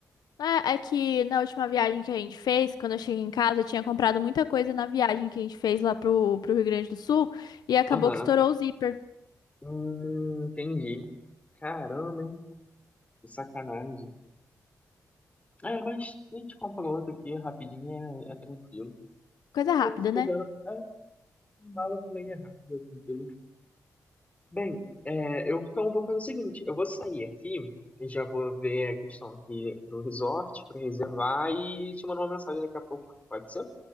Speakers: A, on the left (about 85°); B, on the left (about 20°).
A: É, é que na última viagem que a gente fez, quando eu cheguei em casa, eu tinha comprado muita coisa na viagem que a gente fez lá pro, pro Rio Grande do Sul e acabou
B: Aham.
A: que estourou o zíper.
B: Hum, entendi. Caramba, hein? Que sacanagem. É, mas a gente compra outro aqui rapidinho, é, é tranquilo.
A: Coisa
B: Mas também
A: rápida,
B: se bobear,
A: né?
B: a minha mala também é rápida, tranquilo. Bem, é, eu, então vou fazer o seguinte, eu vou sair aqui, e já vou ver a questão aqui do resort para reservar e te mandar uma mensagem daqui a pouco, pode ser?